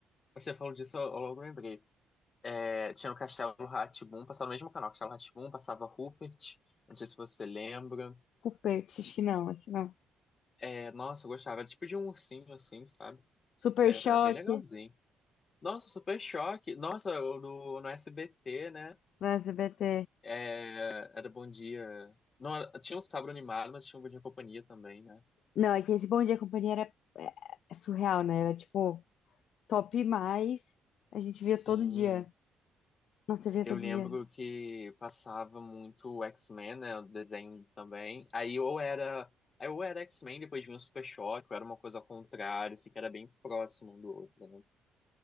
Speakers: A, on the left (about 40°); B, on the left (about 70°).
A: você falou disso, eu eu logo lembrei. É, tinha o Castelo rá passava no mesmo canal, Castelo rá passava Rupert, não sei se você lembra.
B: Rupert, acho que não, esse não.
A: É, nossa, eu gostava, era tipo de um ursinho, assim, sabe?
B: Super
A: Era
B: Choque
A: bem legalzinho. Nossa, Super Choque. Nossa, o do, no SBT, né?
B: no SBT.
A: É, era Bom Dia. Não, era- tinha o Sábado Animado, mas tinha o Bom Dia e Companhia também, né?
B: Não, é que esse Bom Dia Companhia era é, é surreal, né? Era tipo top mais. A gente via
A: Sim,
B: todo dia. Nossa, eu via
A: eu
B: todo
A: lembro
B: dia.
A: que passava muito o X-Men, né? O desenho também. Aí ou era, aí ou era X-Men, depois vinha o Super Choque, ou era uma coisa ao contrário, assim, que era bem próximo um do outro, né?